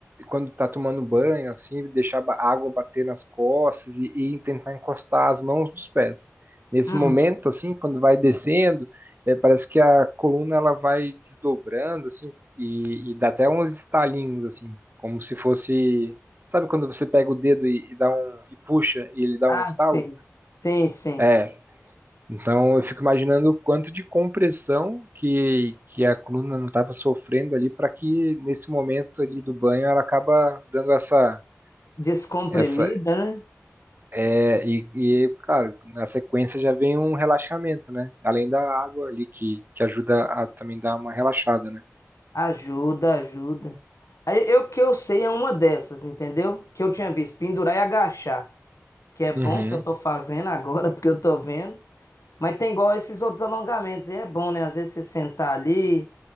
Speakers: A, on the right; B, on the left.
A: quando tá tomando banho, assim, deixar a ba- água bater nas costas e, e tentar encostar as mãos nos pés. Nesse
B: Hum,
A: momento, assim, quando vai descendo, é, parece que a coluna ela vai desdobrando, assim, e, e dá até uns estalinhos, assim, como se fosse, sabe quando você pega o dedo e, e dá um e puxa e ele dá
B: ah,
A: um estalo?
B: sim. Sim, sim.
A: É, então, eu fico imaginando o quanto de compressão que, que a coluna não estava sofrendo ali para que nesse momento ali do banho ela acaba dando essa
B: Descomprimida,
A: essa
B: né?
A: é, e, e claro, na sequência já vem um relaxamento, né? Além da água ali que, que ajuda a também dar uma relaxada, né?
B: Ajuda, ajuda. Aí, Eu que eu sei é uma dessas, entendeu? Que eu tinha visto pendurar e agachar. que é bom
A: Uhum,
B: que eu tô fazendo agora, <laughs> porque eu tô vendo. Mas tem igual esses outros alongamentos, e é bom, né? Às vezes você sentar ali